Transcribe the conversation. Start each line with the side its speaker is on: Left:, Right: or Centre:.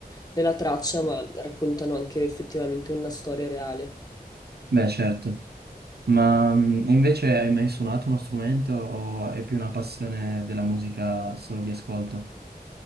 Left: della traccia, ma raccontano anche effettivamente una storia reale.
Right: beh, certo. Ma mm, e invece hai mai suonato uno strumento o è più una passione della musica solo di ascolto?